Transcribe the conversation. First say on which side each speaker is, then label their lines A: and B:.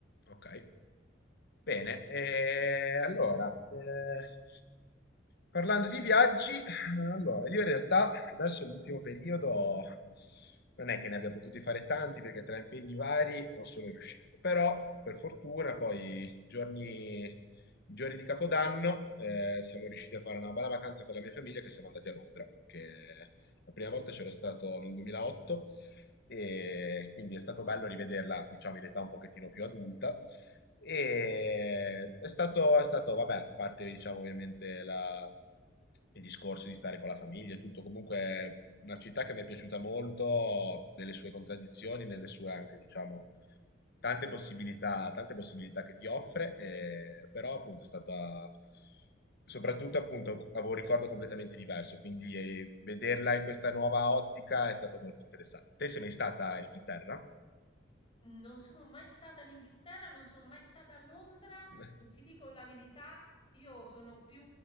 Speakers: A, on the left; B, on the left.
A: Ok, bene. eh, allora, eh, parlando di viaggi, allora, io in realtà adesso l'ultimo periodo non è che ne abbia potuti fare tanti perché tra impegni vari non sono riuscito, però per fortuna poi i giorni, i giorni di Capodanno eh, siamo riusciti a fare una bella vacanza con la mia famiglia che siamo andati a Londra, che la prima volta c'ero stato nel 2008 e quindi è stato bello rivederla, diciamo, in età un pochettino più adulta. E è stato, è stato, vabbè, a parte, diciamo, ovviamente la- il discorso di stare con la famiglia e tutto, comunque una città che mi è piaciuta molto nelle sue contraddizioni, nelle sue anche, diciamo, Tante possibilità tante possibilità che ti offre, ehm, però appunto è stata soprattutto appunto avevo un ricordo completamente diverso, quindi, ehm, vederla in questa nuova ottica è stato molto interessante. Te sei mai stata in Inghilterra?
B: Non sono mai stata in Inghilterra, non sono mai stata a Londra
A: <laughs>
B: e ti dico la verità, io sono più